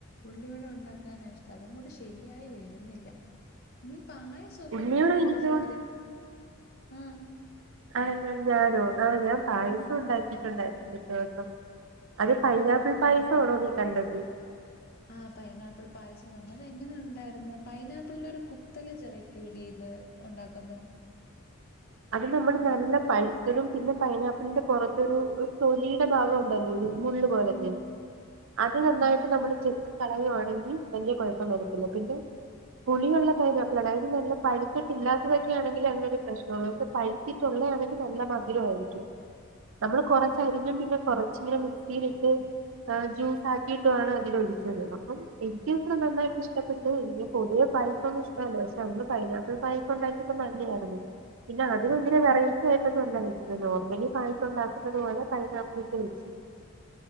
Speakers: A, on the left; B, on the right.
A: ഉള്ളിവട ഉണ്ടാക്കാനാ ഇഷ്ടം അത അങ്ങോട്ട് ശരിയായി വരുന്നില്ല നീ പായസൊക്കെ
B: ഉള്ളിയോടെ
A: ഉണ്ടാക്കിയ
B: എനിക്ക്
A: ഒരൂസം ഇത്തിരി ആ
B: ആര് ഞാ ഞാനോ ആ ഞാൻ പായസം
A: ഉം
B: ഉണ്ടാക്കിട്ടുണ്ടായി ഒരു ദിവസം അത് പൈനാപ്പിൾ പായസോണോ നീ കണ്ടത്
A: ആ പൈനാപ്പിൾ പായസം തന്നെ അത് എങ്ങനെ ഉണ്ടായിര്ന്ന് പൈനാപ്പിളിൻ്റെ ഒരു കുത്തല് ചവക്കൂലേ ഇത് ഒണ്ടാക്കുമ്പം
B: അത് നമ്മള് നല്ല പഴുത്തതും പിന്നെ പൈനാപ്പിളിൻ്റെ പുറത്തൊരു തൊലിടെ ഭാഗം ഉണ്ടല്ലോ ഒരു മുള്ള് പോലത്തെ
A: ഉം
B: അത് നന്നായിട്ട്
A: ഉം
B: നമ്മള് ചെത് കളയുവാണെങ്കി വല്യ കൊഴപ്പം വരത്തില്ല പിന്നെ പുളിയൊള്ള പൈനാപ്പിള് അതായത് നല്ല പഴുത്തട്ടില്ലാത്തതൊക്കെ ആണെങ്കി അങ്ങനൊരു പ്രശ് ള്ളൂ പക്ഷെ പഴുത്തിട്ടുള്ളതാണെങ്കി നല്ല മധുരായിരിക്കും നമ്മള് കൊറച്ചരിഞ്ഞും പിന്നെ കൊറച്ചിങ്ങനെ മിക്സിയിലിട്ട് ജ്യൂസാക്കിയിട്ടു ആണ് അതില് ഒഴിച്ചത് അപ്പം എനിക്ക് ഇത്ര നന്നായിട്ട് ഇഷ്ടപ്പെട്ടു ഇനി പൊതുവെ പായസൊന്നും ഇഷ്ടല്ല പക്ഷെ അന്ന് പൈനാപ്പിൾ പായസം ഉണ്ടാക്കിപ്പം നല്ലയായിരുന്നു പിന്നെ അത് ഭയങ്കര വെറൈറ്റി ആയിട്ടൊന്നല്ല വെച്ചത് നോർമലി പായസം ഉണ്ടാക്കുന്നത് പോലെ പൈനാപ്പിളിട്ട് വെച്ചു